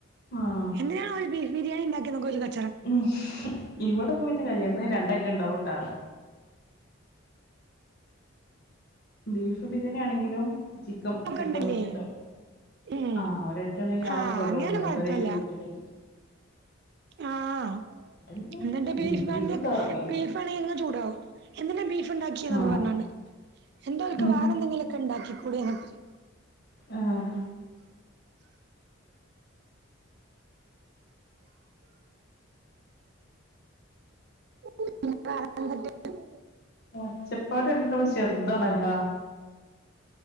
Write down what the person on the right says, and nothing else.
എന്തിനാണ് അവൻ ബീഫ് ബിരിയാണി ഉണ്ടാക്കുന്ന ഓല് ക-
ണ്ടല്ലേ
ഉം
ആഹ്
അങ്ങനൊന്നും
കൊഴപ്പല്ല.
ആഹ്
എന്നിട്ട് ബീഫ് മന്തി
ബീഫാണെ അങ്ങ് ചൂടാവും എന്തിനാ ബീഫ് ഉണ്ടാക്കിയേന്നൊക്കെ
പറഞ്ഞോണ്ട് എന്താ അവർക്ക്
വേറെ എന്തെങ്കിലുമൊക്കെ ഉണ്ടാക്കിക്കൂടെന്നെക്കെ ചോ
<unintelligible>